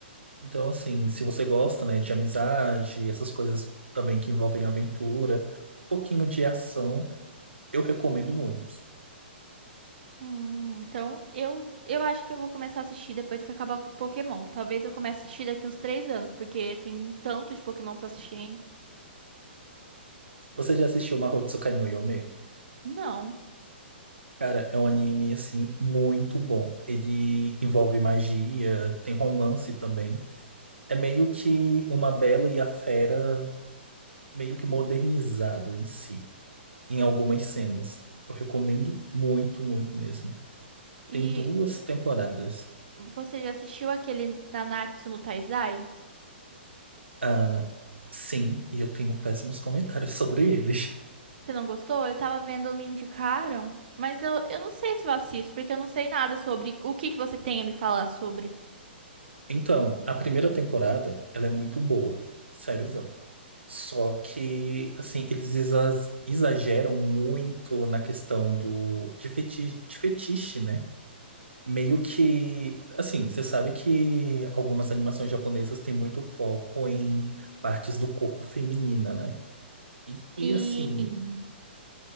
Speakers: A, on the right (about 75°); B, on the right (about 55°).
A: Então, assim, se você gosta, né, de amizade, essas coisas também que envolvem aventura, um pouquinho de ação, eu recomendo muito.
B: Hum, então eu, eu acho que eu vou começar a assistir depois que acabar o Pokémon. Talvez eu comece a assistir daqui uns três anos, porque tem tanto de Pokémon pra assistir ainda.
A: Você já assistiu Mahoutsukai no Yome?
B: Não.
A: Cara, é um anime, assim, muito bom. Ele envolve magia, tem romance também. É meio que uma Bela e a Fera, meio que modernizado em si, em algumas cenas. Eu recomendo muito, muito mesmo.
B: E
A: Tem duas temporadas.
B: Você já assistiu aquele Nanatsu no Taizai?
A: Ah, sim, e eu tenho péssimos comentários <laughs> sobre ele.
B: Você não gostou? Eu tava vendo, me indicaram. Mas eu, eu não sei se eu assisto, porque eu não sei nada sobre o que que você tem a me falar sobre.
A: Então, a primeira temporada, ela é muito boa, sériozão. Só que, assim, eles exa- exageram muito na questão do de fetiche, de fetiche, né? Meio que, assim, você sabe que algumas animações japonesas têm muito foco em partes do corpo feminina, né? E,
B: E
A: e, assim,